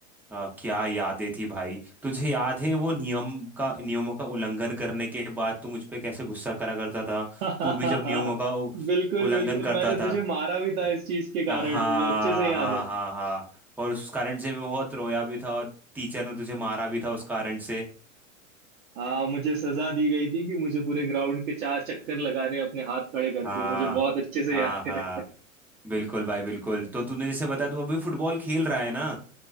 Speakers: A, in the centre; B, on the right.
A: आ, क्या यादें थी भाई तुझे याद है वो नियम का नियमों का उल्लंघन करने के बाद तू मुझ पे कैसे गुस्सा करा करता था
B: <laughs>
A: तू भी जब नियमों का उ-
B: बिल्कुल
A: उल्लंघन
B: बिल्कुल
A: करता
B: मैंने
A: था
B: तुझे मारा भी था
A: अ,
B: इस चीज के
A: हाँ
B: कारण मुझे अच्छे से याद
A: हाँ
B: है
A: हाँ हाँ और उस कारण से मैं बहुत रोया भी था और टीचर ने तुझे मारा भी था उस कारण से
B: हाँ मुझे सजा दी गई थी कि मुझे पूरे ग्राउंड के चार चक्कर लगाने हैं अपने हाथ खड़े करके
A: हाँ
B: मुझे बहुत अच्छे से
A: हाँ
B: याद
A: हाँ
B: है <laughs>
A: बिल्कुल भाई बिल्कुल तो तूने जैसे बताया तू अभी फुटबॉल खेल रहा है ना